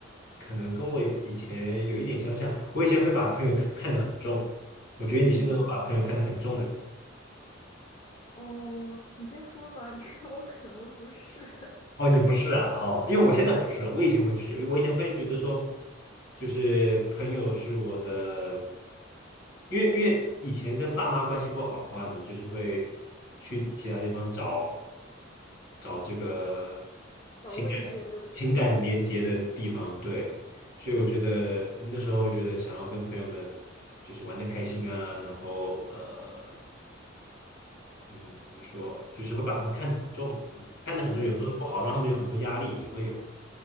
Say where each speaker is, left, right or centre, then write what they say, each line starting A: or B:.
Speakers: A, on the left (about 60°); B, on the left (about 25°).
A: 可能跟我以前有一点相像，我以前会把朋友看看得很重，我觉得你是那种把朋友看得很重的人。
B: 嗯，哦，你先说吧，<laughs> 我可能不是。
A: 哦，你不是啊？哦，因为我现在不是，我以前会是，我以前会觉得说，就是朋友是我的，因为因为以前跟爸妈关系不好的话，你就是会去其他地方找找这个
B: 找慰藉，
A: 情感情感连接的地方，
B: 对不对？是，
A: 对，所以我觉得那时候我觉得想要跟朋友们就是玩的开心啊，然后呃。嗯，怎么说，就是会把他们看得很重，嗯，看得很重，
B: 嗯
A: 有嗯时候不好，让他们有很多压力，也会有，